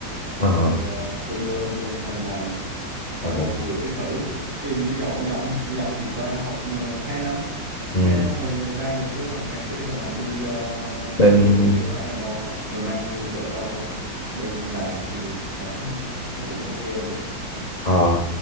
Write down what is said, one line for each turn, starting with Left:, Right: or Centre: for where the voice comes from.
Left: ờ
Right: xong rồi ờ, tôi đưa thông tin ông thầy này xong
Left: ờ,
Right: ông gửi thử cái biết đâu ông nhận ông nhận thì qua học ờ, hai năm
Left: ừ.
Right: hai năm rồi ra được cái bằng thạc sĩ là làm luôn cho
Left: bên
Right: bên kia có phải là ngon không rồi mang luôn vợ con qua bên Đài thì cuộc sống nó nó cũng ok nữa
Left: Ờ,